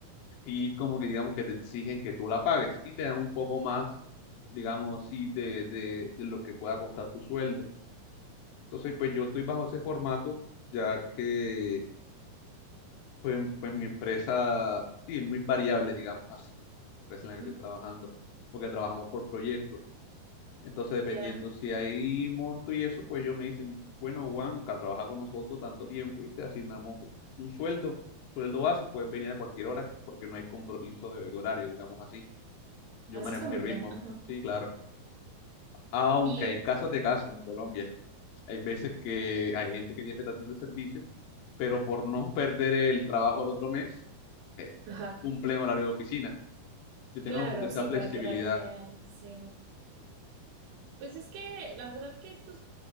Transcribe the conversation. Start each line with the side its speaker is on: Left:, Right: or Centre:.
Left: sí como que digamos que te exigen que tú la pagues y te dan un poco más, digamos así, de, de de lo que pueda costar tu sueldo. Entonces, pues yo estoy bajo ese formato, ya que Pues, pues mi empresa, sí, es muy variable, digamos así, la empresa en la que estoy
Right: Mm,
Left: trabajando, porque trabajamos por proyectos. Entonces, dependiendo
Right: Ya,
Left: si hay monto y eso, pues ellos me dicen, bueno, Juanca, trabaja con nosotros tanto tiempo y te asignamos un, un sueldo, sueldo base, puedes venir a cualquier hora porque no hay compromiso de, de horario, digamos así. Yo
Right: así
Left: manejo
Right: está
Left: mi
Right: muy
Left: ritmo,
Right: bien. Ajá.
Left: sí, claro. Aunque
Right: Y,
Left: hay casos de casos en Colombia. Hay veces que hay gente que tiene prestación de servicio, pero por no perder el trabajo el otro mes, eh,
Right: Ajá,
Left: cumplen horario de oficina, que tengan
Right: claro,
Left: como que esa
Right: sí,
Left: flexibilidad,
Right: para quedar bien, sí. Pues es que la verdad que estos,